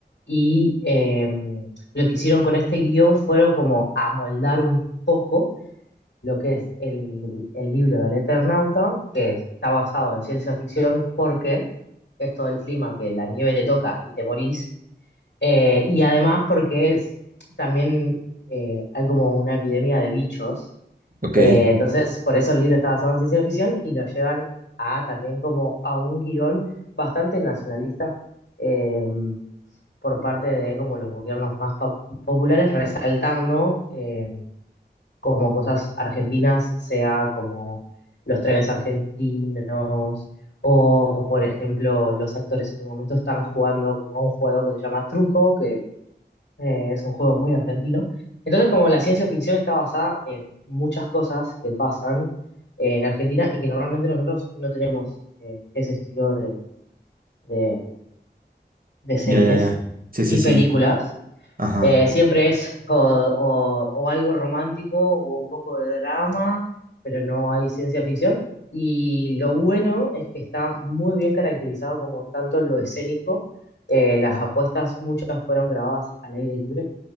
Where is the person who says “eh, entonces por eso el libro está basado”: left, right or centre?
Left